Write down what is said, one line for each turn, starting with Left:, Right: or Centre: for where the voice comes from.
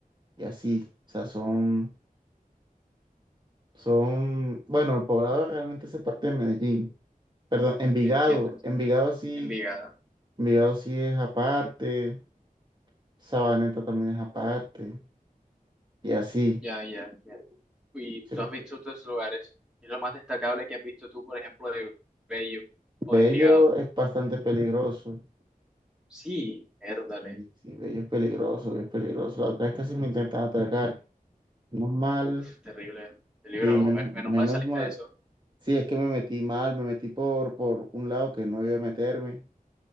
Right: y así, o sea, son, son, bueno, el poblado realmente hace parte de Medellín. Perdón, Envigado.
Centre: Entiendo. entiendo.
Right: Envigado sí
Centre: Envigada.
Right: Vigado sí es aparte, Sabaneta también es aparte, y así.
Centre: Ya, ya, ya. ¿Y
Right: Sí.
Centre: tú has visto estos lugares? ¿Qué es lo más destacable que has visto tú, por ejemplo, de Bello o
Right: Bello
Centre: de Envigado?
Right: es bastante peligroso.
Centre: Sí, érdale.
Right: Sí, sí, Bello es peligroso, Bello es peligroso. La otra vez casi me intentan atracar. Menos mal,
Centre: Uf, terrible. El libro,
Right: sí, menos,
Centre: me- menos
Right: menos
Centre: mal saliste
Right: mal.
Centre: de eso.
Right: Sí, es que me metí mal, me metí por, por un lado que no debía meterme,